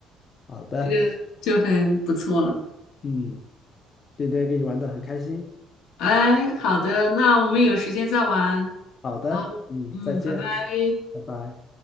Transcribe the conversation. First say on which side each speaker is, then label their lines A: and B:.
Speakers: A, on the left; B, on the left.
A: 好的，
B: 这个就很不错了。
A: 嗯，今天跟你玩的很开心。
B: 哎，好的，那我们有时间再玩。
A: 好的，
B: 好，
A: 嗯，
B: 嗯，
A: 再见，
B: 拜拜。
A: 拜拜。